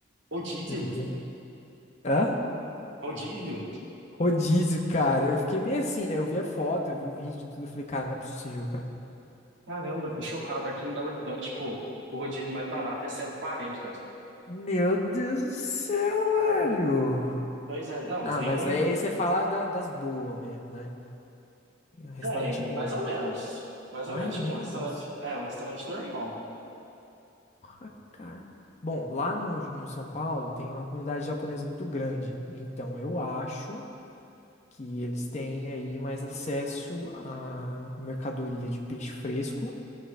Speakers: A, on the right; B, on the left.
A: Rodízio?
B: Eu falei, hã?
A: Rodízio?
B: Rodízio, cara. Eu fiquei meio assim, né? Eu vi a foto, eu vi o vídeo, tudo. Eu falei, cara, não é possível, cara.
A: Caramba, tô chocado. Aqui em Belo Horizonte, tipo, o rodízio mais barato é 140.
B: Meu Deus do céu, velho.
A: Pois é, não,
B: Ah,
A: tem
B: mas
A: um.
B: aí você fala da- das boas mesmo, né? Restaurante
A: Véi,
B: bom.
A: mais ou menos. Mais
B: Mais
A: ou menos.
B: ou
A: Tipo,
B: menos.
A: um restaurante. É, um restaurante normal.
B: Ah, cara. Bom, lá no, no São Paulo tem uma comunidade japonesa muito grande. Então eu acho que eles têm aí mais acesso à mercadoria de peixe fresco